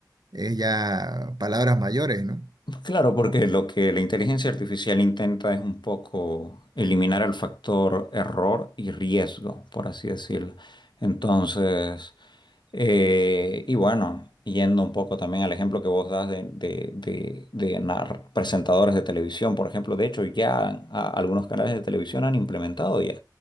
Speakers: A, on the right; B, on the left.
A: es ya palabras mayores, ¿no?
B: Claro, porque lo que la inteligencia artificial intenta es un poco eliminar el factor error y riesgo, por así decirlo. Entonces, eh, y bueno, yendo un poco también al ejemplo que vos das de, de- de- de nar- presentadores de televisión, por ejemplo, de hecho ya a- algunos canales de televisión han implementado ya